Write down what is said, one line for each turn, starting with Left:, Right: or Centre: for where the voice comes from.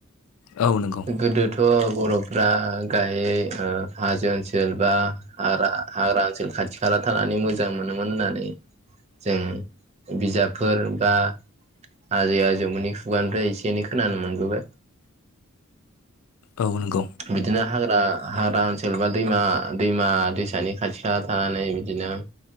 Left: औ नंगौ
Right: गोदोथ' बर'फ्रा गाहै ओ हाजो ओनसोल बा हाग्रा हाग्रा ओनसोल खाथि खाला थानानै मोजां मोनोमोन होननानै जों बिजाबफोर बा आजै आजौमोननि खुगानिफ्राय एसे एनै खोनानो मोनबोबाय
Left: औ नोंगौ
Right: बिदिनो हाग्रा हाग्रा ओनसोल बा दैमा दैमा दैसानि खाथि खाला थानानै बिदिनो